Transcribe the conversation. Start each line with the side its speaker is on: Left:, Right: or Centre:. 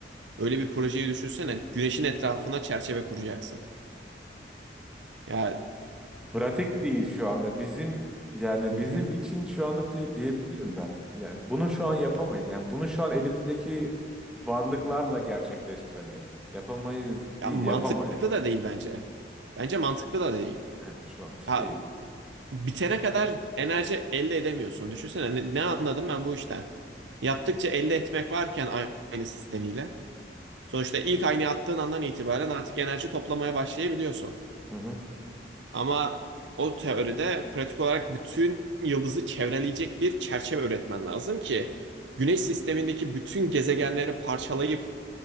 Right: Öyle bir projeyi düşünsene. Güneşin etrafına çerçeve kuracaksın. Ya,
Centre: Pratik değil şu anda. Bizim yani
Right: hı
Centre: bizim
Right: hı.
Centre: için şu anda diye- diyebilirim ben. Yani bunu şu an yapamayız. Yani bunu şu an elimizdeki varlıklarla gerçekleştiremeyiz. Yapamayız
Right: Ya
Centre: değil,
Right: mantıklı
Centre: yapamayız.
Right: da değil bence. Bence mantıklı
Centre: Şu,
Right: da değil.
Centre: he, şu an için
Right: Ya
Centre: değil.
Right: bitene kadar enerji elde edemiyorsun. Düşünsene ne, ne anladım ben bu işten? Yaptıkça elde etmek varken ayna sistemiyle. Sonuçta ilk aynayı attığın andan itibaren artık enerji toplamaya başlayabiliyorsun.
Centre: Hı hı.
Right: Ama o teoride pratik olarak bütün yıldızı çevreleyecek bir çerçeve üretmen lazım ki Güneş sistemindeki bütün gezegenleri parçalayıp